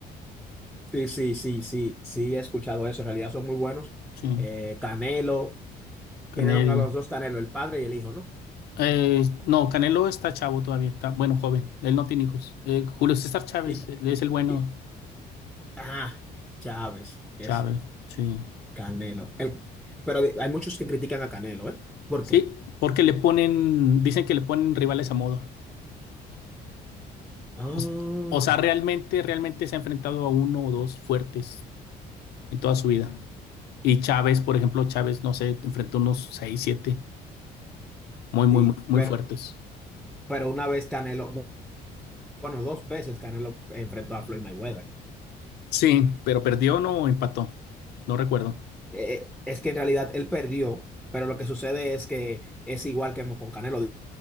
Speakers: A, in the centre; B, on the left.
A: Sí, sí, sí, sí, sí, he escuchado eso. En realidad son muy buenos.
B: Sí.
A: Eh, Canelo, tienen
B: Canelo.
A: a los dos Canelo, el padre y el hijo, ¿no?
B: Eh, no, Canelo está chavo todavía, está bueno, joven. Él no tiene hijos. Eh, Julio César Chávez,
A: Y,
B: él es el bueno
A: y ah, Chávez es
B: Chávez, sí.
A: Canelo. El- pero hay muchos que critican a Canelo, ¿eh? ¿Por
B: Sí,
A: qué?
B: porque le ponen, dicen que le ponen rivales a modo.
A: Ah.
B: O, s- o sea, realmente, realmente se ha enfrentado a uno o dos fuertes en toda su vida. Y Chávez, por ejemplo, Chávez, no sé, enfrentó unos seis, siete, muy, muy,
A: Sí,
B: muy, muy
A: pero,
B: fuertes.
A: pero una vez Canelo, bueno, dos veces Canelo enfrentó a Floyd Mayweather.
B: Sí, pero perdió o no empató, no recuerdo.
A: Eh, es que en realidad él perdió, pero lo que sucede es que es igual que con Canelo.